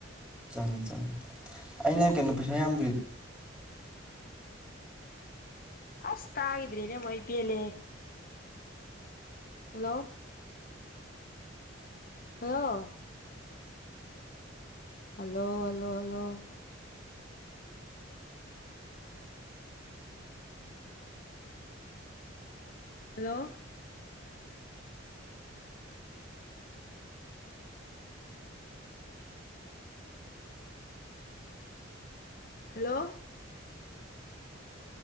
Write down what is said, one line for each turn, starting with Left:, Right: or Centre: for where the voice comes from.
Centre: ꯆꯥꯒꯦ ꯆꯥꯒꯦ ꯑꯩꯅ ꯀꯩꯅꯣ ꯄꯩꯁꯥ ꯌꯥꯝꯗꯔꯤ
Left: ꯑꯁ ꯍꯥꯏꯒꯗ꯭ꯔꯤ ꯅ ꯃꯏ ꯄꯤ ꯑꯦꯂꯦ hello. Hello hello hello hello. Hello hello